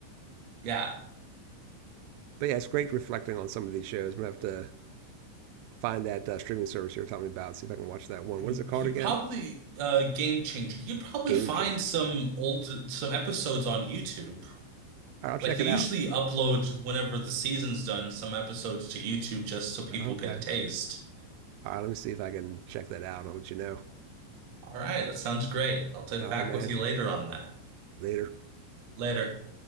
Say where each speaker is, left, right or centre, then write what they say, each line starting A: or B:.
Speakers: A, on the right; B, on the right.
A: yeah.
B: But yeah, it's great reflecting on some of these shows. I'm gonna have to find that uh, streaming service you were telling me about, see if I can watch that one.
A: I mean,
B: What is it
A: you
B: called
A: could
B: again?
A: probably uh game changer. You could probably
B: Game
A: find
B: Changer.
A: some old some episodes on YouTube.
B: All right, I'll check
A: Like they
B: it
A: usually
B: out.
A: upload whenever the season's done, some episodes to YouTube just so people
B: Okay.
A: get a taste.
B: All right, let me see if I can check that out. I'll let you know.
A: All right, that sounds great. I'll take
B: All
A: back
B: right, man.
A: with you later on that.
B: Later.
A: Later.